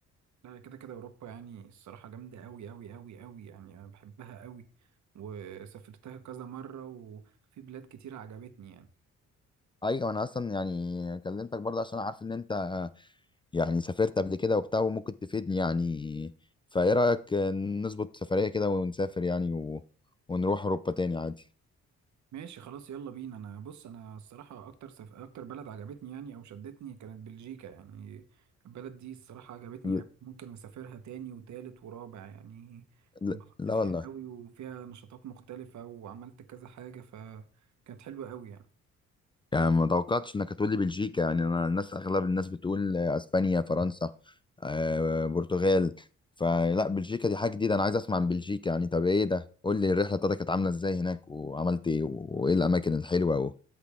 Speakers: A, on the right; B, on the left.
A: لا كده كده اوروبا يعني الصراحه جامده قوي قوي قوي قوي يعني انا بحبها قوي وسافرتها كذا مره وفي بلاد كتير عجبتني يعني
B: ايوه انا اصلا يعني كلمتك برضه عشان عارف ان انت آه، يعني سافرت قبل كده وبتاع وممكن تفيدني يعني فايه رايك آه، نظبط سفريه كده ونسافر يعني و... ونروح اوروبا تاني عادي
A: ماشي خلاص يلا بينا انا بص انا الصراحه اكتر سف... اكتر بلد عجبتني يعني او شدتني كانت بلجيكا يعني البلد دي الصراحه عجبتني
B: ل-
A: قوي ممكن اسافرها تاني وتالت ورابع يعني
B: ل-
A: انبسطت
B: لا
A: فيها
B: والله
A: قوي وفيها نشاطات مختلفه وعملت كذا حاجه فكانت حلوه قوي يعني
B: يعني ما توقعتش انك هتقول لي بلجيكا يعني انا الناس اغلب الناس بتقول اسبانيا فرنسا آه، برتغال فلا بلجيكا دي حاجه جديده انا عايز اسمع عن بلجيكا يعني طب ايه ده قول لي الرحله بتاعتك كانت عامله ازاي هناك وعملت ايه وايه الاماكن الحلوه